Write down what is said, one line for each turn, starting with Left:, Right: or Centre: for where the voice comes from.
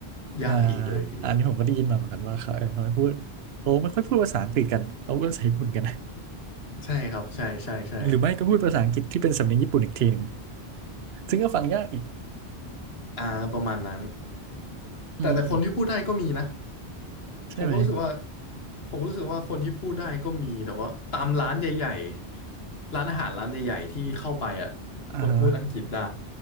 Left: ยากอีกเลยทีนี้
Right: อ่าอันนี้ผมก็ได้ยินมาเหมือนกันว่าเขาเออเขาไม่พูดโอ้ไม่ค่อยพูดภาษาอังกฤษกันเขาก็ใช้ญี่ปุ่นกันนะ
Left: ใช่ครับใช่ใช่ใช่
Right: หรือไม่ก็พูดภาษาอังกฤษที่เป็นสำเนียงญี่ปุ่นอีกทีหนึ่งซึ่งก็ฟังยากอีก
Left: อ่าประมาณนั้น
Right: อืม
Left: แต่แต่คนที่พูดได้ก็มีนะ
Right: ใช่ไหม
Left: ผมก็รู้สึกว่าผมก็รู้สึกว่าคนที่พูดได้ก็มีแต่ว่าตามร้านใหญ่ๆร้านอาหารร้านใหญ่ๆที่เข้าไปอ่ะคนพูดอังกฤษได้
Right: อ่าฮะ